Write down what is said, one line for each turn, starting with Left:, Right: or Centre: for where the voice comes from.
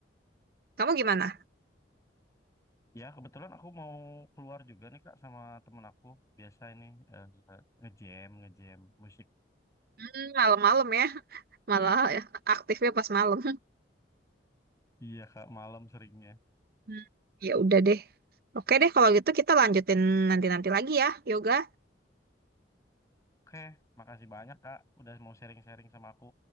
Right: Kamu gimana?
Left: Ya, kebetulan aku mau keluar juga nih Kak sama temen aku. Biasa ini eh, ngejam, ngejam musik.
Right: Hmm, malam-malam ya. <laughs> Malah ya, aktifnya pas malam.
Left: Iya Kak, malam seringnya.
Right: Hmm, ya udah deh. Oke deh kalau gitu kita lanjutin nanti-nanti lagi ya yoga.
Left: Oke, makasih banyak Kak udah mau sharing-sharing sama aku.